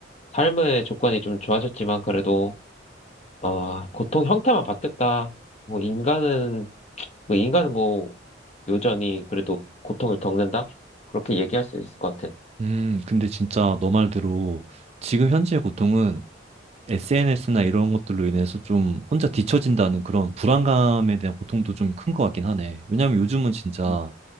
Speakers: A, on the left; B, on the right.
A: 삶의 조건이 좀 좋아졌지만 그래도, 어, 고통 형태만 바뀌었다. 뭐, 인간은, 뭐, 인간은 뭐, 여전히 그래도 고통을 겪는다? 그렇게 얘기할 수 있을 것 같아.
B: 음, 근데 진짜 너 말대로 지금 현재의 고통은 SNS나 이런 것들로 인해서 좀 혼자 뒤처진다는 그런 불안감에 대한 고통도 좀 큰 것 같긴 하네. 왜냐면 요즘은 진짜
A: 음.